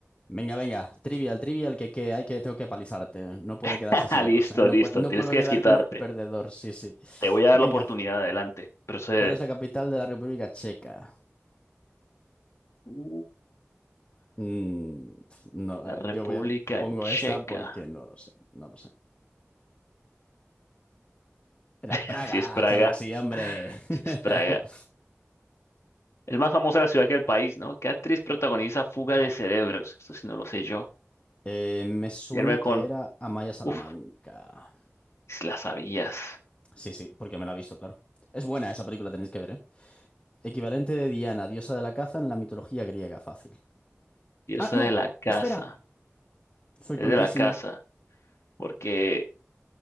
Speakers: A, on the left; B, on the left.
A: Venga, venga, trivial, trivial, que, que hay que tengo que palizarte. No puede
B: <laughs>
A: quedarse así la
B: Listo,
A: cosa, ¿eh? No,
B: listo.
A: pue- no
B: Tienes
A: puedo
B: que
A: quedar
B: desquitarte.
A: como el perdedor, sí, sí.
B: Te voy a
A: Venga,
B: dar la oportunidad. Adelante. Procede.
A: ¿cuál es la capital de la República Checa?
B: Uh,
A: Mm, no,
B: República
A: yo voy a pongo
B: Checa.
A: esta porque no lo sé, no lo sé. Era
B: <laughs>
A: Praga,
B: Si es Praga.
A: claro que sí, hombre. <laughs>
B: Si es Praga. Es más famosa la ciudad que el país, ¿no? ¿Qué actriz protagoniza Fuga de Cerebros? Esto sí no lo sé yo.
A: Eh, me suena
B: Irme
A: que
B: con...
A: era Amaya Salamanca.
B: Uf, si la sabías.
A: Sí, sí, porque me la he visto, claro. Es buena esa película, tenéis que ver, ¿eh? Equivalente de Diana, diosa de la caza en la mitología griega, fácil.
B: Yo
A: Ah,
B: soy
A: no,
B: de la casa.
A: espera. Soy
B: Es
A: tontísimo.
B: de la casa. Porque